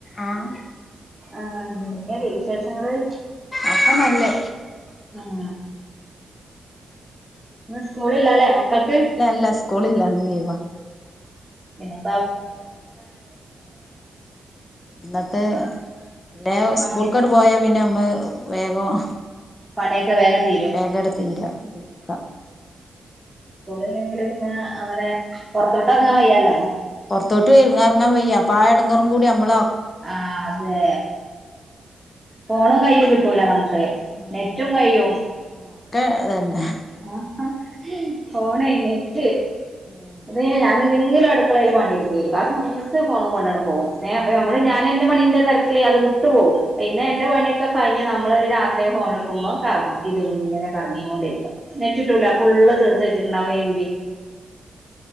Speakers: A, on the left (about 40°); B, in the centre.
A: ആഹ
B: ആഹ ഇങ്ങന്തൊക്കെയല്ലേ വിശേഷങ്ങള്
A: അപ്പൊ നല്ലേ
B: ഉം നമസ്ക സ്ളില്ലല്ലേ മക്കൾക്ക്
A: ഇല്ല ഇല്ല സ്കൂളില്ല ഇന്ന് ലീവാ
B: പിന്നെ
A: ഇന്നത്തെ ഇല്ല
B: പണി
A: സ്കൂൾക്കട്ട് പോയ പിന്നെ നമ്മ വേഗം
B: പണിയൊക്കെ വേഗം തീരും
A: വേഗട് തീര തീർക്ക
B: സ്കൂളല്ലെങ്കിൽ പിന്നെ അവരെ പുറത്തോട്ട് അങ്ങൻയല്ല
A: പുറത്തോട്ട് വറാൻ വയ്യ അപ്പൊ ആട കൂടി നമ്മൾ
B: ആഹ അതെ ഫോണ കയിൽ കിട്ടൂല നമുക്ക്
A: ഉം
B: െ നെറ്റും കയും
A: ഒക്കെ അതന്നെ
B: ആഹ പോോണ പിിട്ട
A: ഉം
B: അതെ ഞാനന്തെ എന്തെങ്കിലും അടുക്കളയിൽ പണി എടുക്കയ്ക്കാരം ആ സമയത്ത് ഫോണും കൊണ്ടാണ്ട് പോ പോകും ഞാ
A: ഉം
B: അപ്പൊ നമ്മള് ഞാൻ പണിന്റെ തെരക്കിൽ അത് വി ട്ട് പോവും പിന്നെ
A: ഉം ഉം
B: എന്റെ പണിയൊക്കെ കഴിഞ് നമ്മളൊരു രാത്രിയൊക്കെ ഫോൺ എടുക്കുമ്പോൾ കറങ്ങും ഇതിങ്ങനെ പറഞ്കൊണ്ടിരിക്കും നെറ്റ് കിട്ടൂല ഫുള്ള് തീർത്ത തീർത്ത് വെച്ചിട്ടിട്ടുണ്ടാകും യം ബി